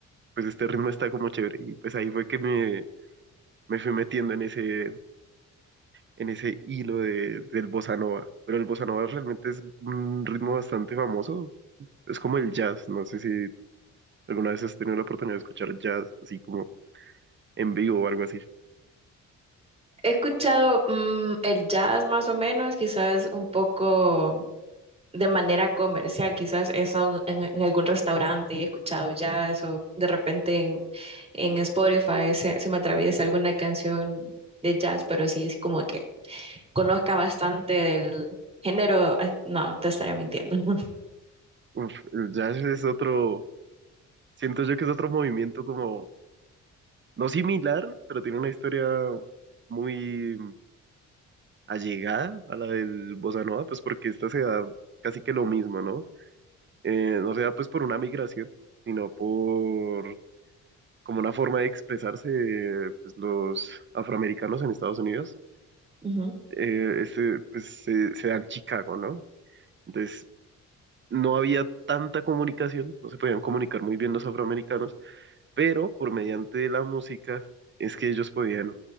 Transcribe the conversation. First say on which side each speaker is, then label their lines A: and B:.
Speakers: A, on the right; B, on the right.
A: pues este ritmo está como chévere. Y pues ahí fue que me, me fui metiendo en ese, en ese hilo de, del bossa nova. Pero el bossa nova realmente es un ritmo bastante famoso. Es como el jazz. No sé si alguna vez has tenido la oportunidad de escuchar jazz así como en vivo o algo así.
B: He escuchado mm, el jazz más o menos, quizás un poco de manera comercial, quizás he estado en, en algún restaurante y he escuchado jazz o de repente en, en Spotify se, se me atraviesa alguna canción de jazz, pero sí es como que conozca bastante del género, ah, no, te estaría mintiendo. <laughs>
A: Uf, el jazz es otro Siento yo que es otro movimiento como, no similar, pero tiene una historia muy allegada a la del Bossa Nova, pues porque esta se da casi que lo mismo, ¿no? Eh, no se da pues por una migración, sino por como una forma de expresarse eh, pues, los afroamericanos en Estados Unidos.
B: Ujú.
A: Eh, este, pues se, se da en Chicago, ¿no? Entonces no había tanta comunicación, no se podían comunicar muy bien los afroamericanos, pero por mediante la música es que ellos podían